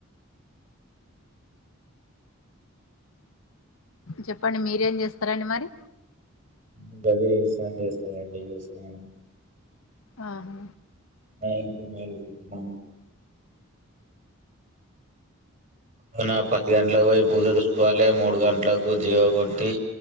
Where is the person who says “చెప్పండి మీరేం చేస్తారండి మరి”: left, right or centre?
Left